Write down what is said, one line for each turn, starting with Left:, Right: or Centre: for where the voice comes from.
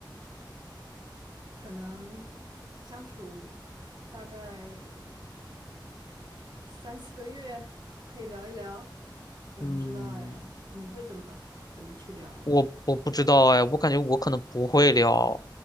Right: 可能相处大概三四个月，可以聊一聊。我不知道哎，
Left: 嗯，
Right: 你会怎么怎么去聊呢？
Left: 我我不知道哎，我感觉我可能不会聊，